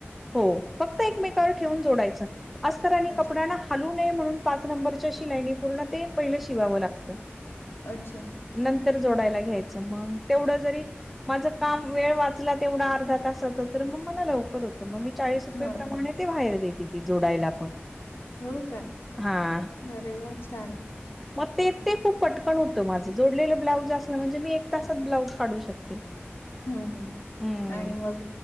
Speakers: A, in the centre; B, on the left (about 65°).
A: हो फक्त एकमेकांवर ठेवून जोडायचं अस्त आणि
B: अच्छा
A: कपडा ना हालू नये म्हणून पाच नंबरच्या शिलाईनी पूर्ण ते पहिलं शिवावं लागत
B: अच्छा
A: नंतर जोडायला घ्यायचं मंग तेवढं जरी माझं काम वेळ वाचला तेवढा अर्धा तसाच तर मग मला लवकर होतं मग मी चाळीस रुपये
B: हा
A: प्रमाणे ते बाहेर देती ती जोडायला पण
B: हो का
A: हा
B: अरे वा छान
A: मग ते ते खूप पटकन होतं माझं जोडलेलं ब्लाउज असलं म्हणजे मी एक तासात ब्लाऊज काढू शकते
B: हम् हम्
A: हा
B: आणि मग